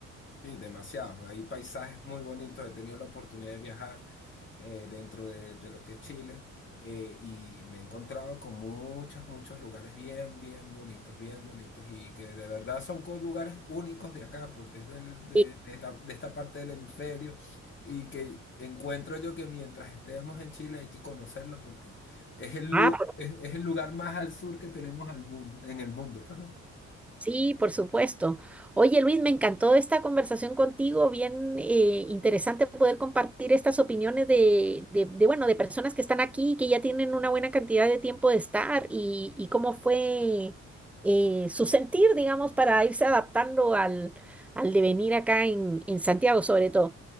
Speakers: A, on the left; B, in the centre.
A: Sí, demasiado. Hay paisajes muy bonitos. He tenido la oportunidad de viajar eh, dentro de, de lo que es Chile eh, y me he encontrado con muchos, muchos lugares bien, bien bonitos, bien bonitos y que de verdad son co- lugares únicos de acá porque es del- de,
B: Sí.
A: de esta, de esta parte del hemisferio y que encuentro yo que mientras estemos en Chile hay que conocerlo porque es el,
B: Ah,
A: lu- es, es el lugar más al sur que tenemos al mundo, en el mundo, perdón.
B: Sí, por supuesto. Oye, Luis, me encantó esta conversación contigo, bien eh, interesante poder compartir estas opiniones de, de, de, bueno, de personas que están aquí, que ya tienen una buena cantidad de tiempo de estar y, y cómo fue eh, su sentir, digamos, para irse adaptando al, al devenir acá en, en Santiago, sobre todo.